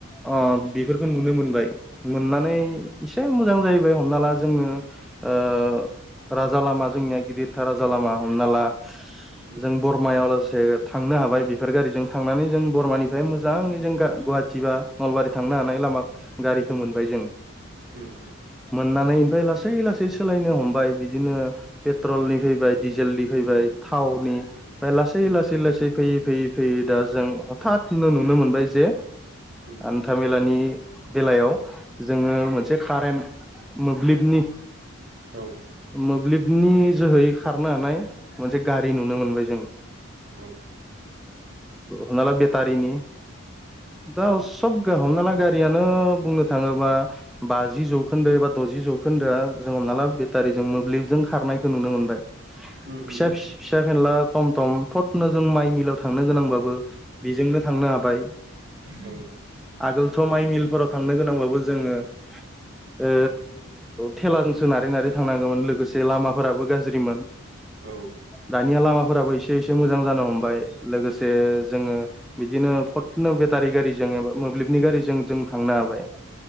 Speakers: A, in the centre; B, on the right (about 55°).
A: अ बेफोरखौ नुनो मोनबाय। मोननानै इसे मो मोजां जाहैबाय हमना ला जोंनो ओ राजा लामा जोंनिया गिदिरथार राजा लामा हमना ला
B: उम
A: जों बर बरमायाव लासे थांनो हाबाय बेफोर गारिजों थांनानै जों बरमानिफ्राय मोजाङै जों गुवाहाटि बा नलबारि थांनो हानाय लामा गारिखौ मोनबाय जों।
B: उम उम
A: मोननानै ओमफ्राय लासै लासै सोलायनो हमबाय बिदिनो पेट्रलनि फैबाय दिडिजेलनि फैबाय थावनि लासै लासै लासै फैयै फैयै फैयै दा जों हथतनो नुनो मोनबाय जे
B: उम
A: हान्था मेलानि बेलायाव जोङो मोनसे खा फ्रेम मोब्लिबनि
B: औ
A: मोब्लिबनि जोहै खारनो हानाय मोनसे गारि नुनो मोनबाय जों।
B: औ
A: हमना ला बेटारिनि। दा सब गा हमना ला गारियानो बुंनो थाङोबा बाज जि जौखोन्दो एबा द'जि जौखोन्दोआ जोंङो हमना ला बेटारिजों मोब्लिबजों खारनायखौ नुनो मोनबाय।
B: उम उम
A: फिसा
B: औ उम उम औ
A: फिसा फेनला टम थटम थथनो जों माइ मिलाव थांनो गोनांबाबो बेजोंनो थांनो हाबाय
B: औ
A: आगोलथ' माइ मिलफोराव थांनो गोनांबाबो जोङो ओ थेलाजों सो नारै नारै थांनांगौमोन लोगोसे लामाफोराबो गाज्रिमोन
B: औ
A: दानिया लामाफोराबो एसे एसे मोजां जानो हमबाय लोगोसे जोङो बिदिनो फन बेटारि गारिजों एबा मोब्लिबनि गारिजों जों थांनो हाबाय